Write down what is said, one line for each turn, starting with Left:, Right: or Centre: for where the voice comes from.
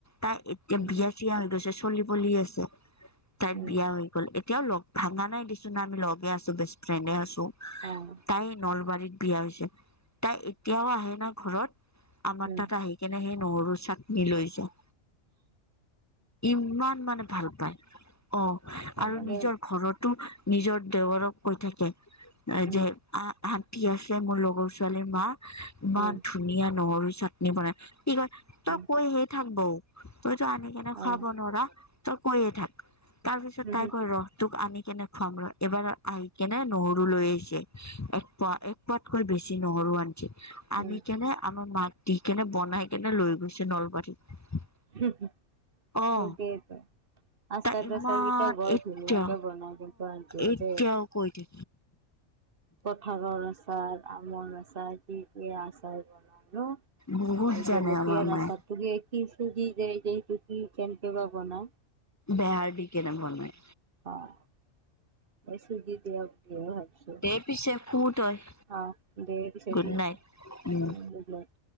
Left: তাই এতিয়া
Right: উম
Left: বিয়া চিয়া হৈ গৈছে চলি পলি আছে। তাইত
Right: উম
Left: বিয়া হৈ গ'ল এতিয়াও লগ ভাঙা নাই দেচোন আমি লগে আছোঁ বেষ্ট ফ্ৰেণ্ডে আছোঁ।
Right: অ'
Left: তাই নলবাৰীত বিয়া হৈছে, তাই এতিয়াও আহে ন' ঘৰত আমাৰ
Right: উম
Left: তাত আহি <unintelligible> সেই নহৰু চাটনি লৈ যায়। ইমান মানে ভাল পায় অ'
Right: ভাল
Left: আৰু
Right: লাগে
Left: নিজৰ ঘৰত টো নিজৰ দেৱৰক কৈ থাকে
Right: উম
Left: যে অ' আন্টি আছে মোৰ লগৰ ছোৱালীৰ মা ইমান
Right: উম
Left: ধুনীয়া নহৰু চাটনি বনাই কি কয় তই
Right: উম
Left: কয় হে থাক বৌ তইতো আনি কেনে খুৱাব
Right: অ
Left: নোৱাৰ তই কয় হে থাক। তাৰ পিছত
Right: উম
Left: তাই কয় ৰহ তোক আনি কেনে খুৱাম ৰহ এবাৰ আহি কেনে নহৰু লৈ আহিছে। এক পোৱা এক পোৱাতকৈ বেছি নহৰু আনিছে আনি
Right: উম
Left: কেনে আমাৰ মাক দি কেনে বনাই কেনে লৈ গৈছে নলবাৰীত।
Right: হো-হো,
Left: অ'
Right: ‌সেইটোৱেটো আচাৰ
Left: তাই ইমান
Right: চাচাৰ কেইটাও বৰ
Left: এতিয়া
Right: ধুনীয়াকে বনাই কিন্তু আন্টিয়ে
Left: এতিয়াও
Right: দেই।
Left: অ' কৈ দে
Right: কঠালৰ আচাৰ, আমৰ আচাৰ কি কি আচাৰ বনালো।
Left: বহুত জানে
Right: জলকীয়াৰ
Left: আমাৰ মায়ে
Right: আচাৰটো কি চুজি দেই যে কি কেনেকে বা বনায়?
Left: বেহাৰ দি কেনে বনায়।
Right: অ' মই চুজি দিয়া বুলিহে ভাবিছোঁ।
Left: দে পিছে শুৱ তই।
Right: অ' দে পিছে
Left: গুড
Right: ঠিক আছে।
Left: নাইট উম।
Right: <unintelligible>